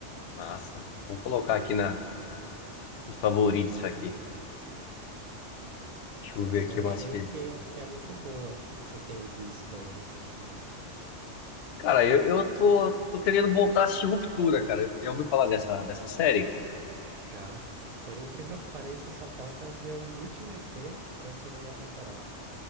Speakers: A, on the left; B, on the right.
A: Massa. Vou colocar aqui na, nos favoritos aqui. Deixa
B: Essa
A: eu ver aqui
B: eu achei
A: mais que.
B: que, que é muito boa. O que, que você tem visto aí recentemente?
A: Cara, eu, eu tô, tô querendo voltar a assistir Ruptura, cara. Já ouviu falar dessa, dessa série?
B: Já, por incrível que pareça, só falta eu ver o último EP da segunda temporada.